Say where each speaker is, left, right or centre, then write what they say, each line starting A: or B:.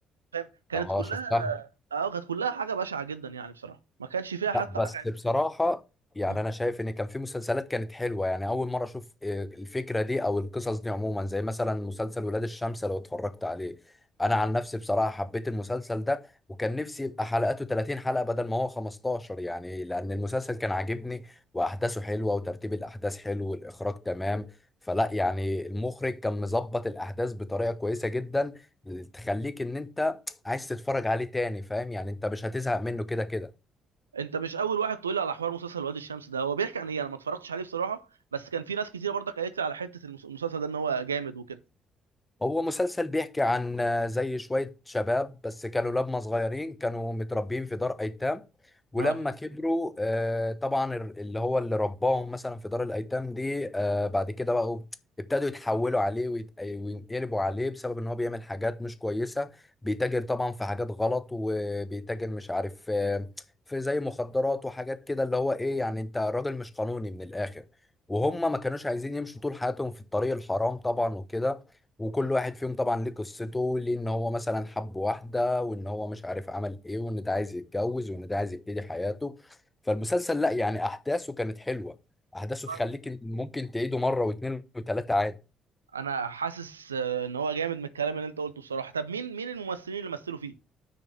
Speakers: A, on the right (about 85°); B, on the left (about 15°).
A: فاهم كانت
B: اه
A: كلها
B: شفتها
A: اه كانت كلها حاجه بشعه جدا يعني بصراحه ما كانش فيها حتى
B: لا بس
A: حاجه عدل.
B: بصراحة يعني
A: مم.
B: أنا شايف إن كان في مسلسلات كانت حلوة يعني أول مرة أشوف آه، الفكرة دي أو القصص دي عموما زي مثلا مسلسل ولاد الشمس لو اتفرجت عليه أنا عن نفسي بصراحة حبيت المسلسل ده وكان نفسي يبقى حلقاته 30 حلقة بدل ما هو 15 يعني لأن المسلسل كان عاجبني وأحداثه حلوة وترتيب الأحداث حلو والإخراج تمام فلا يعني المخرج كان مظبط الأحداث بطريقة كويسة جدا تخليك إن أنت عايز تتفرج عليه تاني فاهم يعني أنت مش هتزهق منه كده كده
A: انت مش اول واحد تقول لي على حوار مسلسل وادي الشمس ده هو بيحكي عن ايه انا ما اتفرجتش عليه بصراحه بس كان في ناس كتير برضك قالت لي على حته المس- المسلسل ده ان هو جامد وكده
B: هو مسلسل بيحكي عن آه، زي شوية شباب بس كانوا لما صغيرين كانوا متربيين في دار أيتام ولما
A: اه
B: كبروا آه، طبعا ال- اللي هو اللي رباهم مثلا في دار الأيتام دي آه، بعد كده بقوا ابتدوا يتحولوا عليه ويت- وينقلبوا عليه بسبب ان هو بيعمل حاجات مش كويسة بيتاجر طبعا في حاجات غلط وبيتاجر مش عارف آه، في زي مخدرات وحاجات كده اللي هو ايه يعني انت راجل مش قانوني من الآخر وهم ما كانوش عايزين يمشوا طول حياتهم في الطريق الحرام طبعا وكده وكل واحد فيهم طبعا ليه قصته ليه ان هو مثلا حب واحدة وان هو مش عارف عمل ايه وان ده عايز يتجوز وان ده عايز يبتدي حياته فالمسلسل لا يعني احداثه كانت حلوة احداثه
A: والله
B: تخليك إن ممكن تعيده مرة واثنين وثلاثة عادي
A: انا حاسس آه، ان هو جامد من الكلام اللي انت قلته بصراحه طب مين مين الممثلين اللي مثلوا فيه